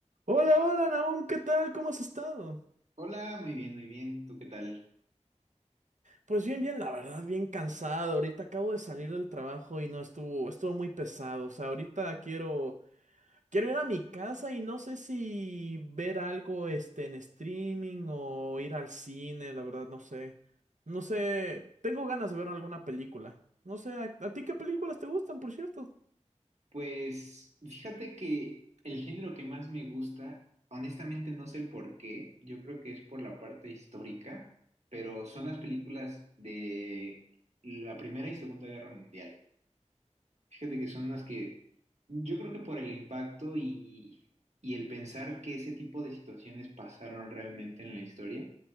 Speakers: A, on the right; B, on the right.
A: Hola, hola, Naum, ¿qué tal? ¿Cómo has estado?
B: Hola, muy bien, muy bien. ¿Tú qué tal?
A: Pues bien, bien, la verdad, bien cansado. Ahorita acabo de salir del trabajo y no estuvo, estuvo muy pesado. O sea, ahorita quiero, quiero ir a mi casa y no sé si ver algo, este, en streaming o ir al cine, la verdad, no sé. No sé, tengo ganas de ver alguna película. No sé, ¿a, a ti qué películas te gustan, por cierto?
B: Pues fíjate que el género que más me gusta, honestamente no sé el por qué, yo creo que es por la parte histórica, pero son las películas de la Primera y Segunda Guerra Mundial. Fíjate que son las que yo creo que por el impacto y, y el pensar que ese tipo de situaciones pasaron realmente en la historia,